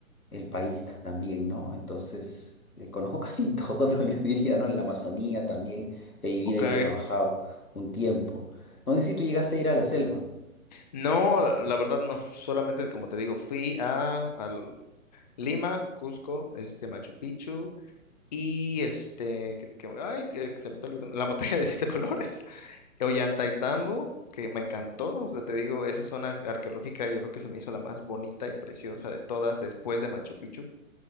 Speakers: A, on the left; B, on the left.
A: el país también, ¿no? Entonces, eh, conozco casi <laughs> todo, ¿no? Yo diría, ¿no? En la Amazonía también he vivido
B: Ok.
A: y he trabajado un tiempo. No sé si tú llegaste a ir a la selva.
B: No, la la verdad no, solamente como te digo, fui a, al Lima, Cusco, este Machu Picchu y este, que, que- ay, que, que se me está olvidando, la montaña <laughs> de siete colores, Ollantaytambo, que me encantó, o sea, te digo, esa zona arqueológica yo creo que se me hizo la más bonita y preciosa de todas después de Machu Picchu.